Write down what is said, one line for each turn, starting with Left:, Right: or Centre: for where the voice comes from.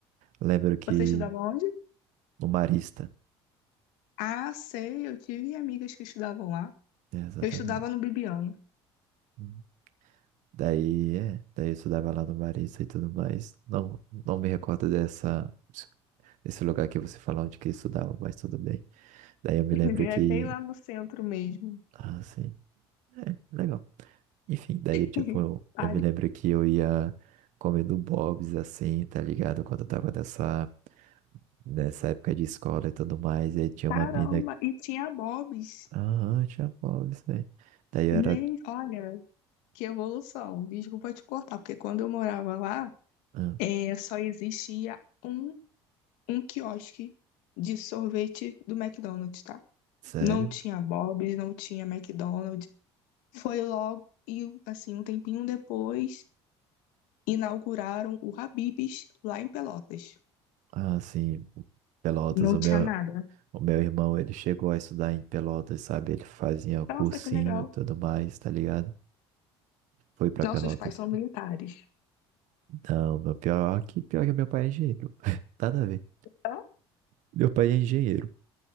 Right: Lembro que
Left: Você estudava onde?
Right: no Marista,
Left: Ah, sei, eu tive amigas que estudavam lá.
Right: né? Exatamente.
Left: Eu estudava no Bibiano.
Right: Hum. Daí, é, daí eu estudava lá no Marista e tudo mais. Não, não me recordo dessa, desse lugar que você falou onde que eu estudava, mas tudo bem. Daí eu me
Left: <laughs>
Right: lembro
Left: É
Right: que.
Left: bem lá no centro mesmo.
Right: Ah, sim. É, legal. Enfim, daí, tipo,
Left: <laughs>
Right: eu,
Left: Tá
Right: eu me lembro que eu ia comendo Bob's, assim, tá ligado? Quando eu tava nessa, nessa época de escola e tudo mais, e aí tinha
Left: Caramba,
Right: uma mina...
Left: e tinha Bob's.
Right: Aham, tinha Bob's, velho. Daí eu
Left: Gente,
Right: era...
Left: olha, que evolução. Desculpa te cortar, porque quando eu morava lá,
Right: "Hã?
Left: é, só existia um, um quiosque de sorvete do McDonald's, tá?
Right: sério?
Left: Não tinha Bob's, não tinha McDonald's. Foi logo, e assim, um tempinho depois, inauguraram o Habib's lá em Pelotas.
Right: Ah, sim, Pelotas,
Left: Não
Right: o
Left: tinha
Right: meu...
Left: nada.
Right: O meu irmão, ele chegou a estudar em Pelotas, sabe? Ele fazia cursinho
Left: Nossa, que legal.
Right: e tudo mais, tá ligado? Foi pra
Left: Nossos
Right: Pelotas.
Left: pais são militares.
Right: Não, meu pior que pior que meu pai é engenheiro. <laughs> Nada a ver.
Left: Hã?
Right: Meu pai é engenheiro.